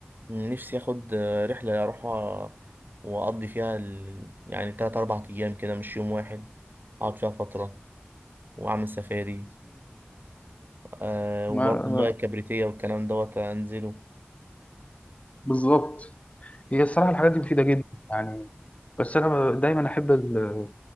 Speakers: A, on the right; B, on the left.
A: نفسي اخد آه، رحلة اروحها واقضي فيها ال... يعني تلات اربع ايام كده مش يوم واحد اقعد فيها فترة واعمل سفاري أه
B: ما
A: وبرضو المياه الكبريتية والكلام دوت انزله
B: بالظبط هي الصراحه الحاجات دي مفيده جدا يعني بس انا دايما احب ال...